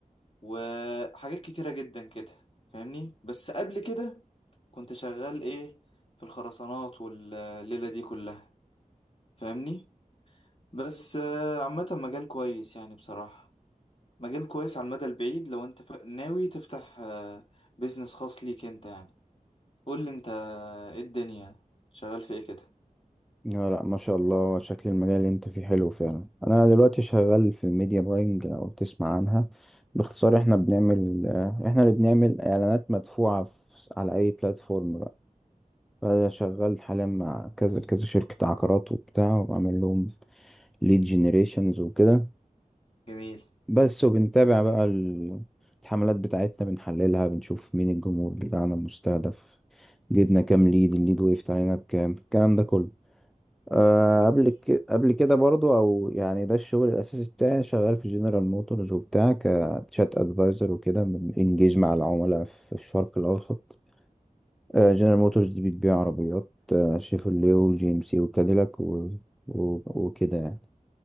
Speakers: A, on the left (about 40°); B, in the centre.
A: وحاجات كتيرة جدا كده فاهمني بس قبل كده كنت شغال ايه في الخرسانات والليلة دي كلها فاهمني بس آه، عامة مجال كويس يعني بصراحة مجال كويس على المدى البعيد لو انت ف... ناوي تفتح آه، بيزنس خاص ليك انت يعني قول لي انت آه، ايه الدنيا شغال في ايه كده
B: لا لا ما شاء الله شكل المجال اللي انت فيه حلو فعلا انا دلوقتي شغال في الميديا باينج لو تسمع عنها باختصار احنا بنعمل آه، احنا اللي بنعمل اعلانات مدفوعة في... على اي بلاتفورم بقى فانا شغال حاليا مع كذا كذا شركة عقارات وبتاع وبعمل لهم ليد جنريشنز وكده
A: جميل
B: بس وبنتابع بقى ال- الحملات بتاعتنا بنحللها بنشوف مين الجمهور بتاعنا المستهدف جبنا كام ليد الليد وقفت علينا بكام الكلام ده كله أه
A: جميل
B: قبل ك... قبل كده برضو او يعني ده الشغل الاساسي بتاعي شغال في جنرال موتورز وبتاع كتشات ادفايزر وكده بنجيج مع العملاء في الشرق الاوسط أه جنرال موتورز دي بتبيع عربيات آه، شيفروليه وجي ام سي وكاديلاك و... و... وكده يعني